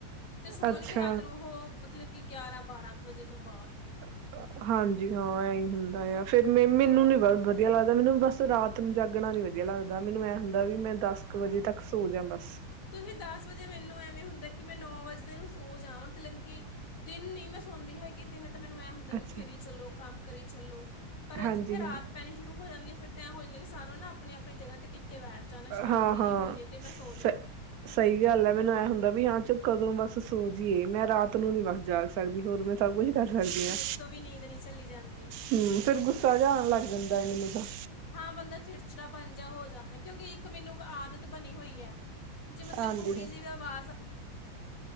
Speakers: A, on the left; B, on the right.
A: ਤੇ ਸੋਣਗੇ
B: ਅੱਛਾ
A: ਰਾਤ ਨੂੰ ਓਹ ਮ ਮਤਲਬ ਕਿ ਗਿਆਰਾਂ ਬਾਰਾਂ ਤ ਵਜੇ ਤੋਂ ਬਾਦ।
B: ਅ ਅ ਹਾਂਜੀ ਹਾਂ ਐਹੀ ਹੁੰਦਾ ਆ, ਫੇਰ ਮੇ ਮੇਨੂੰ ਨੀ ਬ ਵਧੀਆ ਲੱਗਦਾ ਮੈਨੂੰ ਬਸ ਰਾਤ ਨੂੰ ਜਾਗਣਾ ਨੀ ਵਧੀਆ ਲੱਗਦਾ, ਮੈਨੂੰ ਐ ਹੁੰਦਾ ਵੀ ਮੈਂ ਦਸ ਕ ਵਜੇ ਤੱਕ ਸੋ ਜਾ ਬਸ।
A: ਤੁਸੀਂ ਦਸ ਵਜੇ ਮੈਨੂੰ ਐਵੇਂ ਹੁੰਦੈ ਕਿ ਮੈਂ ਨੌ ਵਜਦੇ ਨੂੰ ਸ ਜਾਂ ਮਤਲਬ ਕਿ ਦਿਨ ਨੀ ਮੈਂ ਹੋੰਦੀ ਹੈਗੀ ਇਹ ਦਿਨ ਤਾਂ ਮੈਨੂੰ ਇਹੀ ਹੁੰਦਾ ਵੀ
B: ਅੱਛਾ
A: ਫਿਰ ਈ ਚਲੋ ਕੰਮ। ਕਰੀ ਚੱਲੋ, ਪਰ ਏਹ
B: ਹਾਂਜੀ
A: ਜਿੱਥੇ ਰਾਤ
B: ਹਾਂ
A: ਪੈਣੀ ਸ਼ੁਰੂ ਹੋ ਜਾਂਦੀ ਹੈ ਫੇਰ, ਤ ਹੋ ਜਾਂਦਾ ਵੀ ਸਾਰ ਨਾ ਆਪਣੀ ਆਪਣੀ ਜਗ੍ਹਾ ਤੇ ਟਿਕ <inaudible> ਟਿਕ ਕੇ ਬੈਠ ਜਾਨ ਸ਼ਾਂਤੀ
B: ਹਾਂ ਹਾਂ
A: ਜੀ ਹੋਜੇ ਤੇ
B: ਸ
A: ਮੈਂ ਸੋ ਜਾ,
B: ਸਹੀ ਗੱਲ ਏ ਮੈਨੂੰ ਇਹ ਹੁੰਦਾ ਵੀ ਹਾਂ ਚ ਕਦੋਂ ਬਸ ਸੋ ਜੀਏ ਮੈਂ ਰਾਤ ਨੂੰ ਨੀ ਬਸ ਜਾਗ ਸਕਦੀ ਹੋਰ ਮੈਂ ਸਭ ਕੁਛ ਕਰ ਸਕਦੀਆਂ
A: ਮੇਰੇ ਤੋਂ ਵੀ ਨੀਂਦ ਨਹੀਂ ਚੱਲੀ ਜਾਂਦੀ
B: ਹੂੰ ਫੇਰ ਗੁੱਸਾ ਜਾ ਆਣ ਲੱਗ ਜਾਂਦਾ। ਮੈਨੂੰ ਤਾ, ਤ
A: ਹਾਂ ਬੰਦਾ ਚਿੜਚਿੜਾ ਪਨ ਜਾ ਹੋ ਜਾਂਦਾ ਕਿਉਂਕਿ ਇੱਕ ਮਿਨੂੰ ਆਦਤ ਬਣੀ ਹੋਈ ਹੈ। ਜੇ ਮਤਲਬ
B: ਹਾਂਜੀ
A: ਥੋੜ੍ਹੀ
B: ਹਾਂ
A: ਜਿਹੀ ਵੀ ਅਵਾਜ਼।